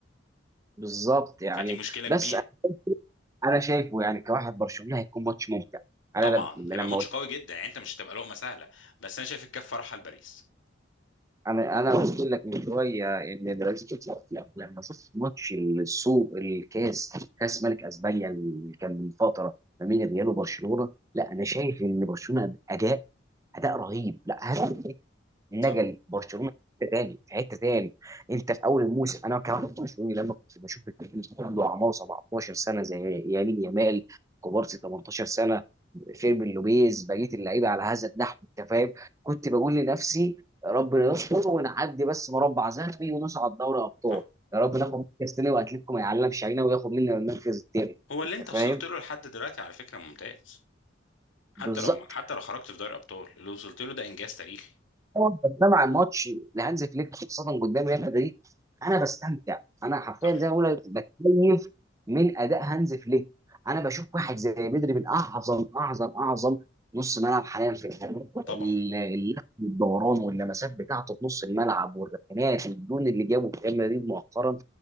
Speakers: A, on the right; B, on the left.
A: بالظبط يعني
B: فدي مشكله
A: بس
B: كبيره
A: انا شايفه يعني كواحد برشلونه هيكون ماتش ممتع انا
B: طبعا
A: لم-
B: هيبقى
A: لما
B: ماتش
A: قلت
B: قوي جدا يعني انت مش هتبقى لقمه سهله بس انا شايف الكفه رايحه لباريس
A: انا انا قلت لك من شويه ان برازيل لما شفت ماتش السوق الكاس كاس ملك اسبانيا اللي كان من فتره ما بين الريال وبرشلونه لا انا شايف ان برشلونه اداء اداء رهيب لا هدف نقل
B: صح
A: برشلونه في حته تاني في حته تاني انت في اول الموسم انا كمان برشلوني لما كنت بشوف الفريق عنده اعمار 17 سنه زي يمين يامال كوبارسي 18 سنه فيرمين لوبيز بقيه اللعيبه على هذا النحو انت فاهم كنت بقول لنفسي ربنا يستر ونعدي بس مربع ذهبي ونصعد دوري ابطال
B: صح
A: يا رب ناخد مركز تاني واتلتيكو ما يعلمش علينا وياخد مننا المركز التاني
B: هو اللي
A: انت
B: انت وصلت
A: فاهم
B: له لحد دلوقتي على فكره ممتاز حتى
A: بالظبط
B: لو حتى لو خرجت في دوري الابطال اللي وصلت له ده انجاز تاريخي
A: طبعاً بستمع عن ماتش لهانز فليك خاصه قدام ريال مدريد انا بستمتع انا حرفيا
B: صح
A: زي ما بقول لك بتكيف من اداء هانز فليك انا بشوف واحد زي بدري من اعظم اعظم اعظم نص ملعب حاليا في الحقيقة.
B: طبعا
A: ال- اللحم والدوران واللمسات بتاعته في نص الملعب والركنات والجون اللي جابه في ريال مدريد مؤخرا